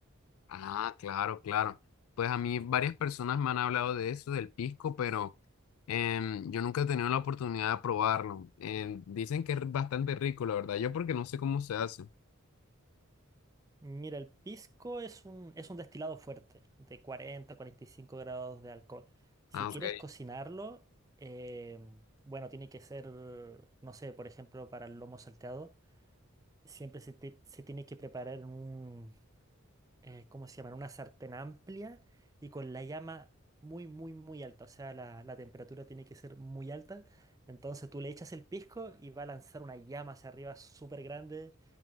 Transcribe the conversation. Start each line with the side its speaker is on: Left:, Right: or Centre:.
Left: Ah, claro, claro. Pues a mí varias personas me han hablado de eso, del pisco, pero em, yo nunca he tenido la oportunidad de probarlo. Em, dicen que es bastante rico, la verdad. Yo porque no sé cómo se hace.
Right: Mira, el pisco es un, es un destilado fuerte, de 40 45 grados de alcohol. Si
Left: Ah, ok.
Right: quieres cocinarlo, em, bueno, tiene que ser, no sé, por ejemplo, para el lomo salteado. siempre se, te- se tiene que preparar en un, eh, ¿cómo se llama? en una sartén amplia y con la llama muy, muy, muy alta. O sea, la, la temperatura tiene que ser muy alta. Entonces tú le echas el pisco y va a lanzar una llama hacia arriba súper grande